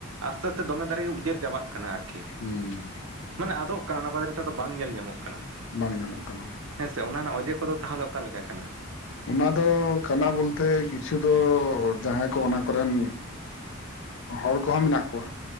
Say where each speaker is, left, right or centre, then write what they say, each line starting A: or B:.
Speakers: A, on the right; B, on the left.
A: ᱟᱥᱛᱮ ᱟᱥᱛᱮ ᱫᱚᱢᱮ ᱫᱟᱨᱮ ᱜᱮ ᱩᱡᱟᱹᱨ ᱪᱟᱵᱟᱜ ᱠᱟᱱᱟ ᱟᱨᱠᱤ᱾
B: ᱦᱩᱸ ᱦᱩᱸ᱾
A: ᱢᱟᱱᱮ ᱟᱫᱚᱜ ᱠᱟᱱᱟ ᱚᱱᱟ ᱠᱚ ᱫᱟᱨᱮ ᱛᱮᱫᱚ ᱵᱟᱝ ᱧᱮᱞ ᱧᱟᱢᱚᱜ ᱠᱟᱱᱟ᱾
B: ᱵᱟᱝ ᱧᱟᱢᱚᱜ ᱠᱟᱱᱟ᱾
A: ᱦᱮᱸ ᱥᱮ ᱚᱱᱟ ᱨᱮᱱᱟᱜ ᱚᱡᱮ ᱠᱚᱫᱚ ᱛᱟᱦᱚᱞᱮ ᱚᱠᱟ ᱞᱮᱠᱟ ᱠᱟᱱᱟ?
B: ᱚᱱᱟ ᱫᱚ ᱠᱟᱱᱟ ᱵᱚᱞᱛᱮ ᱠᱤᱪᱷᱩ ᱫᱚ ᱡᱟᱦᱟᱸᱭ ᱠᱚ ᱚᱱᱟ ᱠᱚᱨᱮᱱ ᱦᱚᱲ ᱠᱚᱦᱚᱸ ᱢᱮᱱᱟᱜ ᱠᱚᱣᱟ